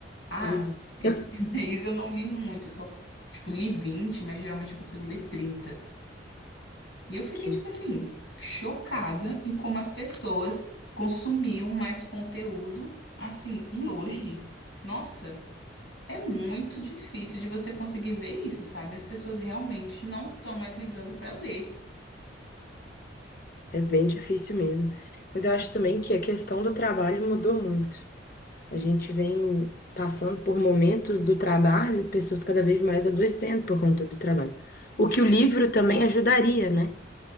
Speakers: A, on the left (about 85°); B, on the left (about 50°).
A: Ah,
B: Jesus.
A: esse
B: <laughs>
A: <laughs> mês eu não li muito, eu só, tipo, li 20, mas geralmente eu consigo ler 30. E eu fiquei,
B: Que
A: tipo assim, chocada em como as pessoas consumiam mais conteúdo, assim, e hoje, nossa, é muito difícil de você conseguir ver isso, sabe? As pessoas realmente não estão mais ligando para ler,
B: é bem difícil mesmo. Mas eu acho também que a questão do trabalho mudou muito. A gente vem passando por momentos do trabalho, pessoas cada vez mais adoecendo por conta do trabalho. O que o livro também ajudaria, né?